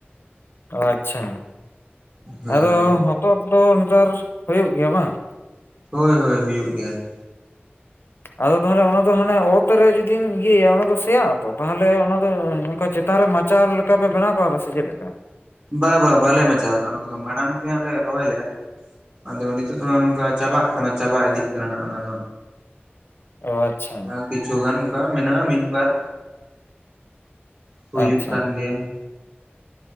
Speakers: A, on the left (about 65°); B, on the right (about 40°).
A: ᱟᱪᱪᱷᱟ
B: ᱦᱳᱭ
A: ᱟᱫᱚ ᱦᱚᱛᱚᱫ ᱫᱚ ᱱᱮᱛᱟᱨ ᱦᱩᱭᱩᱜ ᱜᱮᱭᱟ ᱵᱟᱝ
B: ᱦᱳᱭ ᱦᱳᱭ ᱦᱩᱭᱩᱜ ᱜᱮᱭᱟ ᱾
A: ᱟᱫᱚ ᱛᱟᱦᱚᱞᱮ ᱚᱱᱟ ᱫᱚ ᱦᱟᱱᱮ ᱚᱛ ᱨᱮ ᱡᱩᱫᱤᱢ ᱤᱭᱟᱹᱭᱟ ᱚᱱᱟ ᱫᱚ ᱥᱮᱭᱟᱜ-ᱟ ᱛᱚ ᱛᱟᱦᱚᱞᱮ ᱚᱱᱟ ᱫᱚ ᱚᱱᱠᱟ ᱪᱮᱛᱟᱱ ᱨᱮ ᱢᱟ ᱪᱟᱨ ᱞᱮᱠᱟ ᱯᱮ ᱵᱮᱱᱟᱣ ᱠᱟᱣᱫᱟ ᱥᱮ ᱪᱮᱫ ᱞᱮᱠᱟ
B: ᱵᱟ ᱵᱟ ᱵᱟᱞᱮ ᱢᱟᱪᱟᱣ ᱟᱠᱟᱫᱼᱟ ᱚᱱᱟ ᱠᱚᱫᱚ ᱢᱟᱲᱟᱝ ᱛᱮ ᱦᱟᱸᱜ ᱞᱮ ᱨᱚᱦᱚᱭ ᱞᱮᱜᱼᱟ ᱟᱫᱚ ᱱᱤᱛᱳᱜ ᱫᱚ ᱦᱟᱸᱜ ᱱᱚᱝᱠᱟ ᱪᱟᱵᱟᱜ ᱠᱟᱱᱟ ᱪᱟᱵᱟ ᱤᱫᱤᱜ ᱠᱟᱱᱟ ᱦᱟᱸᱜ ᱚᱱᱟ ᱫᱚ
A: ᱚ ᱟᱪᱪᱷᱟ
B: ᱟᱨ ᱠᱤᱪᱷᱩ ᱜᱟᱱ ᱚᱱᱠᱟ ᱢᱮᱱᱟᱜᱼᱟ ᱢᱤᱫ ᱵᱟᱨ ᱦᱩᱭᱩᱜ
A: ᱟᱪᱪᱷᱟ
B: ᱠᱟᱱ ᱜᱮᱭᱟ ᱾